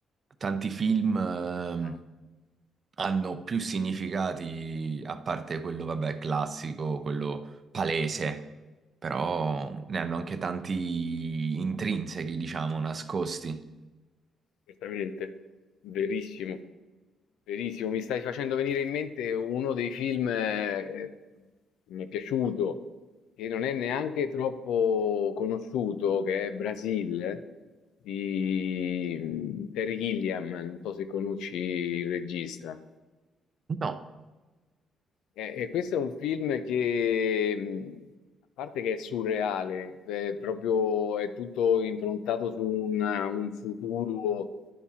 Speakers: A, on the right (about 40°); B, on the left (about 85°).
A: tanti film ehm,
B: ah,
A: hanno più significati, a parte quello, vabbè, classico, quello palese, però ne hanno anche tanti intrinsechi, diciamo, nascosti.
B: certamente, verissimo. Verissimo, mi stai facendo venire in mente uno dei film eh, che mi è piaciuto, che non è neanche troppo conosciuto, che è Brasil, eh, di mm, Terry Gilliam, non so se conosci il regista.
A: No.
B: Eh, e questo è un film che, mh, a parte che è surreale, è proprio, è tutto improntato su un, un futuro